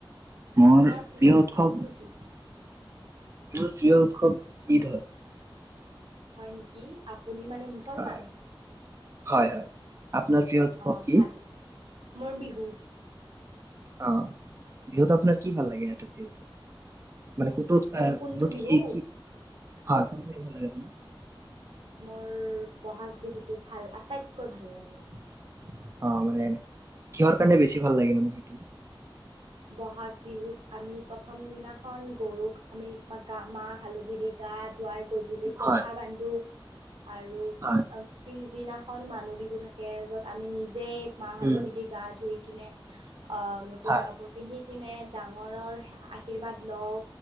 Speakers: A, on the right; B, on the right.
A: মোৰ
B: আপোনাৰ
A: প্ৰিয়
B: উৎসৱটো
A: উৎসৱ
B: কি?
A: প্ৰিয় উৎসৱ ঈদ হয়।
B: হয় নেকি আপুনি মানে মুছলমান
A: হয় হয় হয় আপোনাৰ প্ৰিয় উৎসৱ
B: অ'
A: কি?
B: ভালেই। মোৰ বিহু
A: অ বিহুত আপোনাৰ কি ভাল লাগে আটাইতকৈ বেছি মানে ক'তোত
B: মানে কোনটো বিহু?
A: কি কি হা কৰিব ভাল লাগে আপোনাক
B: মোৰ বহাগ বিহুটো ভাল আটাইতকৈ ভাল লাগে
A: অ মানে কিহৰ কাৰণে বেছি ভাল লাগে মানে সেইটো
B: বহাগ বিহুত আমি প্ৰথম দিনাখন গৰুক আমি গা মাহ হালধি দি গা পুৱাই গধূলি পঘা
A: হয়
B: বান্ধো আৰু
A: হয়,
B: পিছদিনা এখন মানুহ বিহু থাকে য'ত আমি নিজেই মাহ হালধি
A: উম,
B: দি গা ধুই কিনে অ নতুন
A: হয়,
B: কাপোৰ পিন্ধি কিনে ডাঙৰৰ আশীৰ্বাদ লওঁ